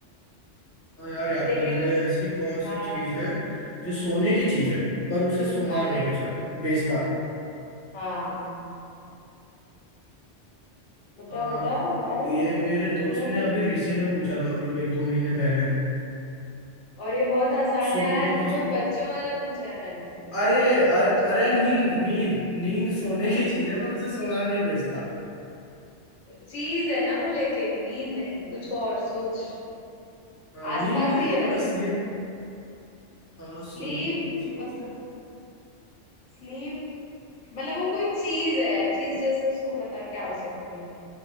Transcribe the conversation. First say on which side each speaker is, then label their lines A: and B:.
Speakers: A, on the left; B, on the left.
A: हाँ यार याद
B: लेकिन
A: करने दे
B: उस
A: ऐसी कौन सी
B: हाँ
A: चीज है जो सोने की चीज है पर उसे सोनार
B: हाँ
A: नहीं
B: लेकिन
A: बेचा बेचता
B: हाँ बता
A: आ,
B: बता भाई
A: ये मेरे
B: इतना
A: दोस्त ने अभी रिसेंट में पूछा था मतलब एक दो महीने पहले
B: और ये बहुत आसान
A: सोने
B: है यार
A: की
B: तो बहुत
A: चीज
B: बच्चों वाला पूछा है मैंने
A: अरे अ-
B: बच्चों वाला
A: अरे यार नींद नींद नींद सोने की चीज है पर उसे सोनार नहीं बेचता
B: चीज है ना वो लेकिन नींद नहीं कुछ और सोच
A: आ, नींद
B: आसपास
A: नहीं
B: ही है
A: है
B: वैसे
A: मतलब स्लीप आ,
B: स्लीप
A: सोने की चीज है
B: स्लीप मतलब वो कोई चीज है चीज जैसे उसको बता क्या हो सकती है